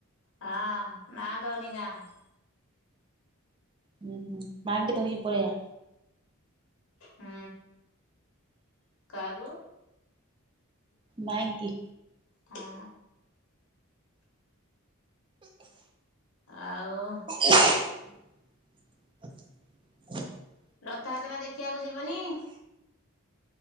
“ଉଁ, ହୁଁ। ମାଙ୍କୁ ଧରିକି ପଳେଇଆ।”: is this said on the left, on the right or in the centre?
Right